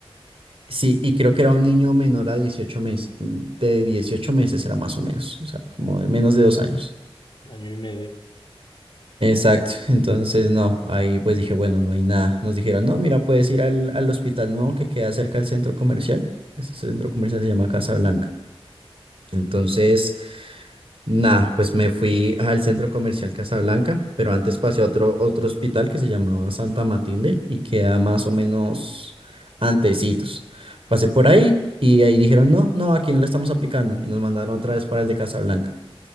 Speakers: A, on the right; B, on the left.
A: Sí, y creo que era un niño menor a 18 meses, de 18 meses era más o menos, o sea, como de menos de dos años.
B: Año y medio.
A: Exacto, entonces no, ahí pues dije, bueno, no hay nada. Nos dijeron, no, mira, puedes ir al, al hospital nuevo que queda cerca del centro comercial. Ese centro comercial se llama Casa Blanca. Entonces Nah, pues me fui al centro comercial Casablanca, pero antes pasé a otro, otro hospital que se llamaba Santa Matilde y queda más o menos antecitos. Pasé por ahí y ahí dijeron, no, no, aquí no le estamos aplicando y nos mandaron otra vez para el de Casablanca.